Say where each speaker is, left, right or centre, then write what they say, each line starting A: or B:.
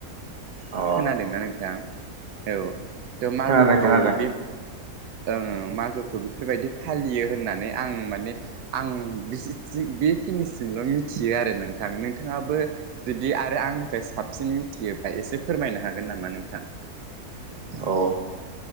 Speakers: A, on the right; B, on the right.
A: अ
B: खोनादोंना नोंथां। औ थ' मागोखौ
A: खोनादों खोनादों
B: बिब ओं ओं मागोखौ बेफोरबायदि, फालियो होननानै आं माने आं बेसि सि बेखिनिसिमल मिथियो आरो नोंथां नोंथाङाबो जुदि आरो आंनिफ्राय साबसिन मिथियोबा एसे फोरमायनो हागोन नामा नोंथां?
A: औ